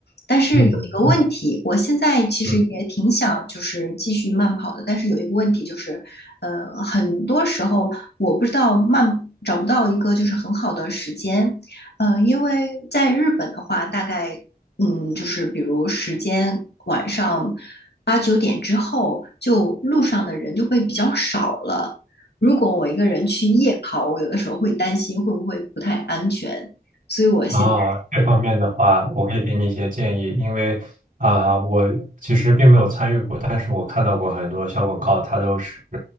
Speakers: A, on the left (about 85°); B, on the right (about 55°).
A: 但是有一个问题，
B: 嗯
A: 我现在其实也挺想就是继续慢跑的，
B: 嗯。
A: 但是有一个问题就是，呃，很多时候我不知道慢找不到一个就是很好的时间，呃，因为在日本的话，大概嗯，就是比如时间晚上八九点之后，就路上的人就会比较少了。如果我一个人去夜跑，我有的时候会担心会不会不太安全，所以我现在
B: 啊，这方面的话，我可以给你一些建议，因为啊，我其实并没有参与过，但是我看到过很多小广告，它都是，